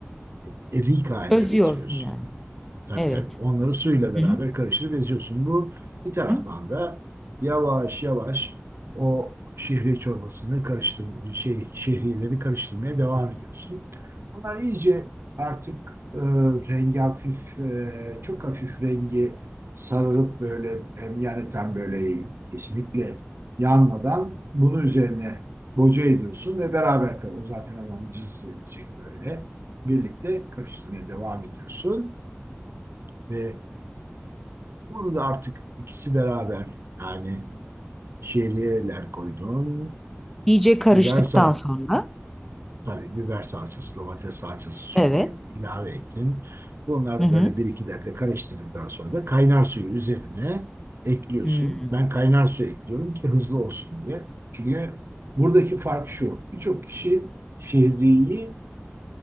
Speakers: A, on the right; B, in the centre.
A: e, erik haline
B: Özüyorsun
A: getiriyorsun.
B: yani.
A: Tabii
B: Evet.
A: tabii. Onları suyla beraber
B: Hı hı.
A: karıştırıp eziyorsun. Bu bir taraftan
B: Hı.
A: da yavaş yavaş o şehriye çorbasını karıştır şey şehriyeleri karıştırmaya devam ediyorsun. Onlar iyice artık e, rengi hafif e, çok hafif rengi sararıp böyle hem yani tam böyle kesinlikle yanmadan bunu üzerine boca ediyorsun ve beraber kar- o zaten hemen cız edecek böyle. Birlikte karıştırmaya devam ediyorsun ve bunu da artık ikisi beraber yani şehriyeler koydun.
B: İyice karıştıktan
A: Biber sal
B: sonra.
A: tabii biber salçası, domates salçası suyunu
B: Evet.
A: ilave ettin. Bunlar
B: Hı hı.
A: böyle bir iki dakika karıştırdıktan sonra da kaynar suyu üzerine ekliyorsun.
B: Hmm.
A: Ben kaynar suyu ekliyorum ki hızlı olsun diye. Çünkü buradaki fark şu. Birçok kişi şehriyi